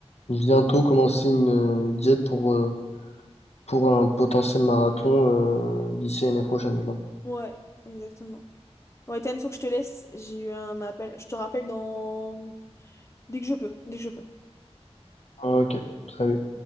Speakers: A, on the left; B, on the left.
A: bientôt commencer une euh, diète pour euh, pour un potentiel marathon euh, d'ici l'année prochaine. quoi.
B: Ouais, exactement. Ouais, Ethan, faut que je te laisse. J'ai eu un appel. Je te rappelle dans... dès que je peux. Dès que je peux.
A: Ok, salut.